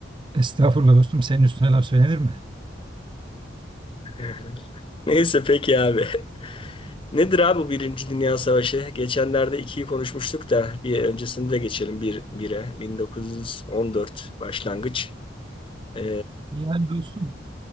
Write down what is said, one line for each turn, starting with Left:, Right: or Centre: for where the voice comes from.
Right: Estağfurullah dostum. Senin üstüne laf söylenir mi?
Left: <laughs> Neyse peki abi. <laughs> Nedir abi bu Birinci Dünya Savaşı? Geçenlerde ikiyi konuşmuştuk da bir öncesini de geçelim bir, bire. 1914 başlangıç. E,
Right: Yani dostum